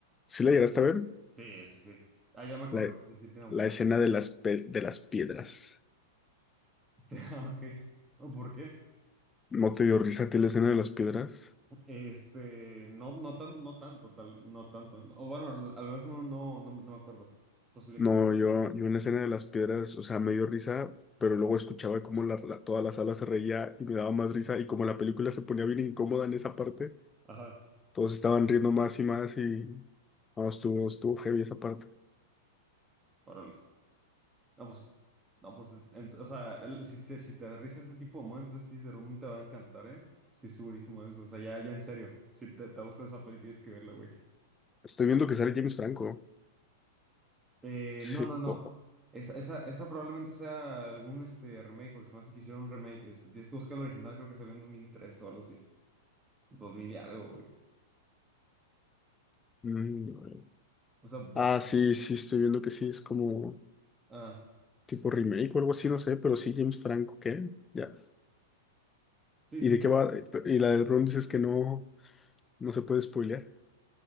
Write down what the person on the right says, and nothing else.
Sí, sí, sí. Ah, ya me acordé,
sí, sí tiene
comedia.
<laughs> Ah, Ok. ¿No? ¿Por qué?
Este, no, no tan, no tanto, tal, no tanto. ¿no? O bueno, al menos no, no, no, no me acuerdo. Posible
que no.
Ajá.
Órale. No, pues, no, pues, ent- o sea, el- si, si, si te aterrizas ese tipo de momentos, sí, The Room te va a encantar, ¿eh? Estoy segurísimo de eso. O sea, ya, ya en serio, si te, te gusta esa peli, tienes que verla, güey.
Eh,
no, no, no.
Esa, esa, esa probablemente sea algún este, remake, porque se me hace que hicieron un remake. Es- tienes que buscar el original, creo que salió en 2003 o algo así. dos mil y algo, güey.
O sea,
así.
Ah,
sí,
sí,
sí.